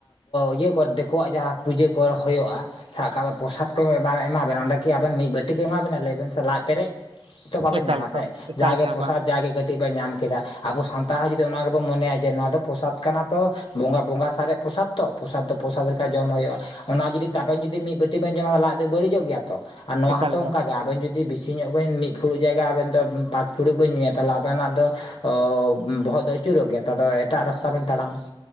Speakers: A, on the left; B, on the right.
A: ᱤᱭᱟᱹ ᱠᱚ ᱫᱤᱠᱩᱣᱟᱜ ᱡᱟᱦᱟᱸ ᱯᱩᱡᱟᱹ ᱠᱚ ᱦᱩᱭᱩᱜᱭᱼᱟ ᱥᱟᱵ ᱠᱟᱜ ᱢᱮ ᱯᱨᱚᱥᱟ ᱠᱚ ᱮᱢᱟ ᱵᱮᱱᱟ ᱚᱸᱰᱮᱠᱤ ᱟᱵᱮᱱ ᱢᱤᱫ ᱵᱟᱹᱴᱤ ᱠᱚ ᱮᱢᱟᱵᱮᱱᱟ ᱞᱟᱹᱭᱵᱮᱱ ᱥᱮ ᱞᱟᱡ ᱯᱮᱨᱮᱡ ᱛᱚ ᱵᱟᱵᱮᱱ
B: ᱮᱠᱟᱞ
A: ᱧᱟᱢᱟ
B: ᱮᱠᱟᱞ
A: ᱥᱮ
B: ᱮᱠᱟᱞ
A: ᱡᱟᱜᱮ
B: ᱜᱮ ᱦᱟᱸᱜ
A: ᱯᱚᱥᱟᱫ
B: ᱵᱟᱝ
A: ᱡᱟᱜᱮ ᱠᱟᱹᱴᱤᱡ ᱵᱮᱱ ᱧᱟᱢ ᱠᱮᱫᱟ ᱟᱵᱚ ᱥᱟᱱᱛᱟᱲ ᱦᱚᱸ ᱡᱩᱫᱤ ᱚᱱᱟ ᱜᱮᱵᱚᱱ ᱢᱚᱱᱮᱭᱟ ᱡᱮ ᱱᱚᱣᱟ ᱫᱚ ᱯᱨᱚᱥᱟᱫ ᱠᱟᱱᱟ ᱛᱚ ᱵᱚᱸᱜᱟ ᱵᱚᱸᱜᱟ ᱥᱟᱨᱮᱡ ᱯᱨᱚᱥᱟᱫᱽ ᱛᱚ ᱯᱨᱚᱥᱟᱫᱽ ᱫᱚ ᱯᱨᱚᱥᱟ ᱞᱮᱠᱟ
B: ᱮᱠᱟᱞ
A: ᱡᱚᱢ ᱦᱩᱭᱩᱜᱼᱟ ᱚᱱᱟ ᱡᱩᱫᱤ ᱛᱟᱵᱮᱱ ᱡᱩᱫᱤ ᱢᱤᱫ ᱵᱟᱹᱴᱤ ᱵᱮᱱ ᱡᱚᱢᱟ ᱞᱟᱡ ᱫᱚ ᱵᱟᱹᱲᱤᱡᱚᱜ ᱜᱮᱭᱟ ᱛᱚ ᱟᱨ ᱱᱚᱣᱟ
B: ᱮᱠᱟᱞ
A: ᱦᱚᱸᱛᱚ ᱚᱱᱠᱟ
B: ᱮᱠᱟᱞ
A: ᱜᱮ ᱟᱵᱮᱱ ᱡᱩᱫᱤ ᱵᱤᱥᱤ ᱧᱚᱜ ᱵᱮᱱ ᱢᱤᱫ ᱯᱷᱩᱲᱩᱜ ᱡᱟᱭᱜᱟ ᱟᱵᱮᱱ ᱫᱚ ᱯᱟᱸᱪ ᱯᱷᱩᱲᱩᱜ ᱵᱮᱱ ᱧᱩᱭᱟ ᱛᱟᱦᱚᱞᱮ ᱟᱵᱮᱱᱟᱜ ᱫᱚ ᱚᱻᱚ ᱵᱚᱦᱚᱜ ᱫᱚ ᱟᱹᱪᱩᱨᱚᱜ ᱜᱮᱭᱟ ᱛᱚ ᱮᱴᱟᱜ ᱨᱟᱥᱛᱟ ᱵᱮᱱ ᱛᱟᱲᱟᱢᱟ